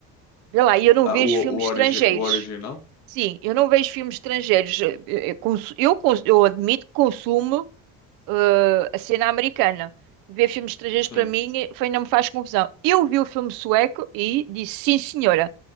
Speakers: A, on the right; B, on the left.
A: Vê lá, e eu não
B: Ah,
A: vejo
B: o,
A: filmes
B: o,
A: estrangeiros.
B: origi o original?
A: Sim, eu não vejo filmes estrangeiros. Eh, eh, eh, cons- Eu, cons- eu admito que consumo eh, a cena americana. Ver filmes estrangeiros
B: Sim,
A: para mim eh, foi, não me faz confusão. Eu vi o filme sueco e disse sim, senhora,